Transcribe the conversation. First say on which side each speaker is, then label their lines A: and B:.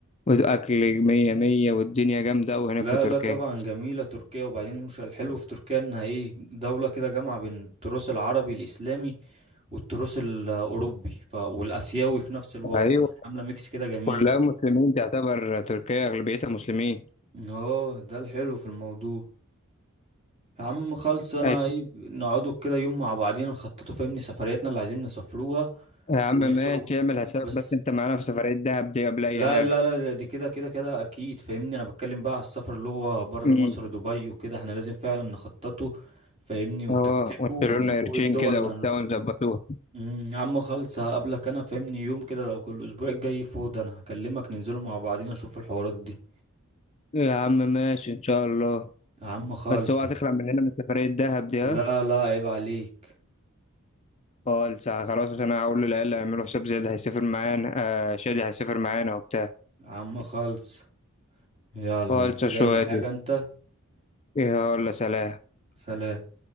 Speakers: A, on the left; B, on the right.
A: واكل مية مية والدنيا جامدة قوي
B: لا
A: هناك في تركيا
B: لا طبعا جميلة تركيا وبعدين مش الحلو في تركيا إنها إيه دولة كده جامعة بين التراث العربي الإسلامي والتراث الأوروبي ف... والآسيوي في نفس الوقت
A: ايوه
B: عاملة ميكس كده جميل
A: كلها مسلمين تعتبر تركيا اغلبيتها مسلمين
B: اه ده الحلو في الموضوع يا عم خلص انا
A: أيوة.
B: ايه نقعدوا كده يوم مع بعضينا نخططوا فاهمني سفرياتنا اللي عايزين نسافروها
A: يا عم
B: ونسعوا
A: ماشي اعمل حسابك
B: بس
A: بس انت معانا في سفرية دهب دي قبل
B: لا
A: اي حاجة
B: لا لا لا، دي كده كده كده اكيد فاهمني انا بتكلم بقى على السفر اللي هو بره
A: امم
B: مصر دبي وكده احنا لازم فعلا نخططه فاهمني ونتكتكه
A: اه وانشروا
B: ونشوفوا
A: لنا قرشين
B: ايه الدول
A: كده
B: اللي
A: وبتاع
B: هنروح
A: ونظبطوها
B: امم يا عم خلص هقابلك انا فاهمني يوم كده لو كل اسبوع الجاي فاضي انا هكلمك ننزلوا مع بعضينا نشوف الحوارات دي
A: يا عم ماشي ان شاء الله
B: يا عم خالص
A: بس هو هتخلع مننا من سفرية دهب دي
B: لا
A: ها
B: لا عيب عليك
A: اه لسه خلاص عشان انا هقول للعيال يعملوا حساب زياد هيسافر معانا آه شادي هيسافر معانا وبتاع
B: يا عم خالص يلا
A: اه
B: محتاج
A: لسه شوية
B: اي حاجة
A: دي
B: انت
A: ايه ولا سلام
B: سلام